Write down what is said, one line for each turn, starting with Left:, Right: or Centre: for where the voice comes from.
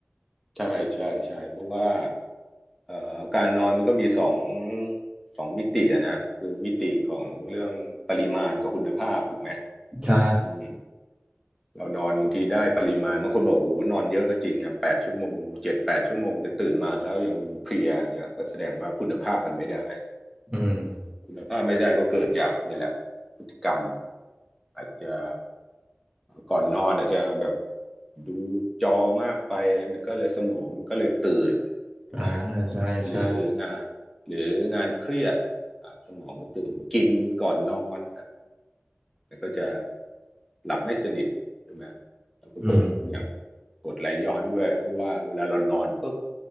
Centre: ใช่ใช่ใช่เพราะว่าเอ่อการนอนมันก็มีสองสองมิติอะนะคือมิติของเรื่องปริมาณกับคุณภาพถูกไหม
Right: ใช่
Centre: อืม เรานอนบางทีได้ปริมาณบางคนบอกโอ้โหนอนเยอะก็จริงนะแปดชั่วโมงเจ็ดแปดชั่วโมงแต่ตื่นมาแล้วยังเพลียอย่างเงี้ยก็แสดงว่าคุณภาพมันไม่ได้
Right: อืม
Centre: คุณภาพไม่ได้ก็เกิดจากเนี่ยแหละพฤติกรรมอาจจะก่อนนอนอาจจะแบบดูจอมากไปมันก็เลยสมองมันก็เลยตื่นใช่ไหม
Right: อ่าใช่ใช่
Centre: หรืองานหรืองานเครียดสมองก็ตื่นกินก่อนนอน มันก็จะหลับไม่สนิทใช่ไหมแล้วก็เพิ่มอย่าง
Right: อืม
Centre: กดไหลย้อนด้วยเพราะว่าเวลาเรานอนปุ๊บ